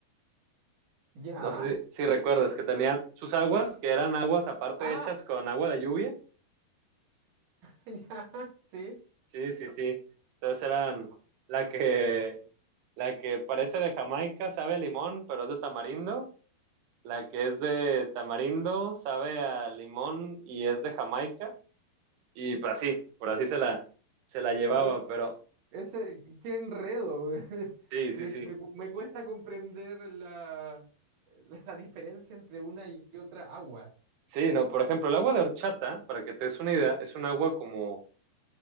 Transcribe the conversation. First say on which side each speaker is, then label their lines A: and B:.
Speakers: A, on the right (about 55°); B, on the right (about 75°).
A: Ya.
B: No sé si, si recuerdas que tenían sus aguas, que eran aguas aparte
A: Ah,
B: hechas con agua de lluvia.
A: <laughs> ya, sí.
B: Sí, sí, sí. Entonces eran la que la que parece de Jamaica, sabe a limón, pero es de tamarindo. La que es de tamarindo, sabe a limón y es de Jamaica. Y pues así, por así se la, se la llevaba,
A: Pero
B: pero
A: Ese, qué enredo. <laughs>
B: sí,
A: Me,
B: sí, sí.
A: me cu- me cuesta comprender la, la, la diferencia entre una y otra agua.
B: Sí, no, por ejemplo, el agua de horchata, para que te des una idea, es un agua como,